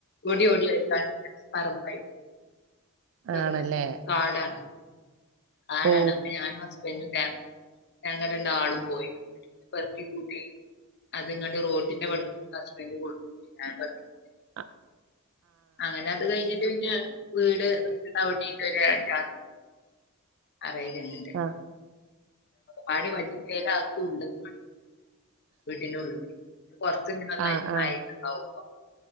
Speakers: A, on the left; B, on the right.
A: ടി ഓടിലക്കാ <inaudible> പറമ്പായി <unintelligible>
B: ആണല്ലേ
A: കാടാണ് കാടാണ്
B: ഓ
A: അപ്പൊ ഞാനും ഹസ്ബൻ്റും <unintelligible> അങ്ങനെ രണ്ടാളും പോയി പെർക്കി കൂട്ടി അത്ങ്ങണ്ട് റോഡിന്റെ ഇവടക്ക് ഹസ്ബൻ്റ് കൊടുന്ന് ഞാൻ പെറുക്കി കൂട്ടി
B: ആഹ്
A: അങ്ങനെ അത് കഴിഞ്ഞിട്ട് പിന്നെ വീട് അവിടെണ്ട് ഒരു അഞ്ചാറ് തെങ്ങ് അറയിന്നണ്ട്ത
B: ആഹ്
A: പാടി <unintelligible> മജീലക്ക ഉള്ളത് <inaudible> പുറത്ത് നിന്ന് ഉള്ള <unintelligible>
B: ആഹ് ആഹ്
A: അപ്പ